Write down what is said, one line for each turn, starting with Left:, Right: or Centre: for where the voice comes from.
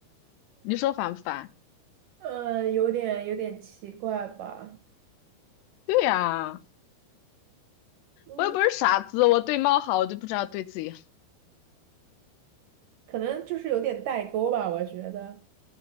Left: 你说烦不烦？
Right: 呃，有点有点奇怪吧，
Left: 对呀、
Right: 嗯，
Left: 我又不是傻子，我对猫好，我就不知道对自己好。
Right: 可能就是有点代沟吧，我觉得。